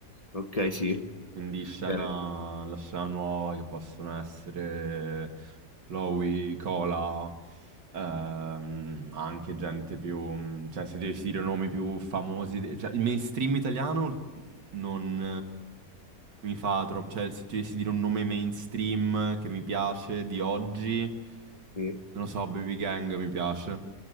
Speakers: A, on the left; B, on the right.
A: ok, sì.
B: Quindi scena,
A: Bene.
B: la scena nuova che possono essere Lowy, Cola, ehm, ma anche gente più... mm, Cioè, se dovessi dire nomi più famosi... de- Cioè, il mainstream italiano non eh, mi fa troppo... Cioè, se ti dovessi dire un nome mainstream che mi piace di oggi,
A: Sì,
B: non lo so, Baby Gang mi piace.